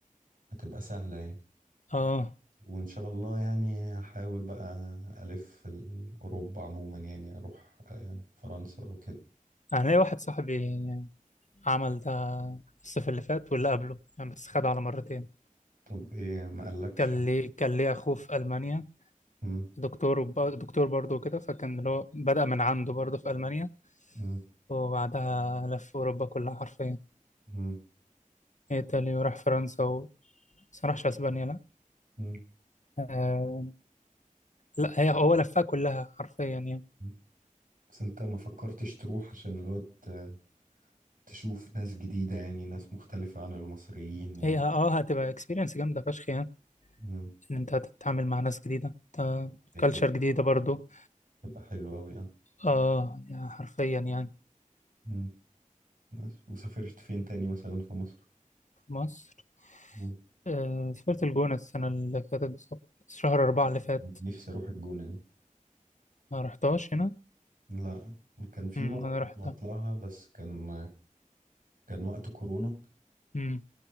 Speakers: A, on the right; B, on the left.
A: فهتبقى سهلة يعني
B: آه
A: وان شاء الله يعني هحاول بقى الف في ال- اوروبا عموما يعني اروح آه، فرنسا وكده
B: أنا ليا واحد صاحبي عمل ده الصيف اللي فات واللي قبله يعني بس خد على مرتين
A: طب ايه ما قالكش
B: كان
A: حاجة
B: ليه كان ليه أخوه في ألمانيا
A: مم،
B: دكتور وب... دكتور برضه كده فكان اللي هو بدأ من عنده برضه في ألمانيا
A: مم،
B: وبعدها لف أوروبا كلها حرفيا
A: مم،
B: إيطاليا وراح فرنسا و... بس ما راحش أسبانيا لأ
A: مم،
B: آه، لا هي هو لفها كلها حرفيا يعني
A: مم. بس انت ما فكرتش تروح عشان اللي هو ت- تشوف ناس جديدة يعني ناس مختلفة عن المصريين و
B: هي اه هتبقى اكسبيرينس جامده فشخ يعني
A: مم،
B: ان انت هتتعامل مع ناس جديده
A: هي
B: كلتشر
A: كده
B: جديده برضو
A: تبقى حلوة اوي اه
B: اه يعني حرفيا يعني
A: مم، بس. وسافرت فين تاني مثلا في مصر
B: في مصر
A: مم.
B: آه سافرت الجونه السنه اللي فاتت بالظبط شهر أربعة اللي فات
A: نفسي اروح الجونة
B: ما رحتهاش هنا
A: لا كان في
B: أمم،
A: مرة
B: انا
A: كنت
B: رحت
A: هطلعها بس كان كان وقت كورونا
B: أمم،